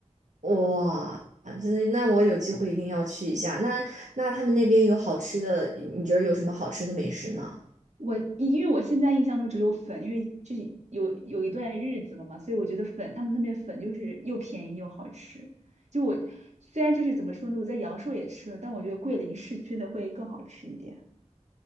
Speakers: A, on the right (about 80°); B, on the right (about 65°).
A: 哇，真的，那我有机会一定要去一下。那那他们那边有好吃的，你你觉得有什么好吃的美食呢？
B: 我因因为我现在印象中只有粉，因为就是有有一段日子了嘛，所以我觉得粉，他们那边粉就是又便宜又好吃。就我虽然就是怎么说呢，我在阳朔也吃了，但我觉得桂林市区的会更好吃一点，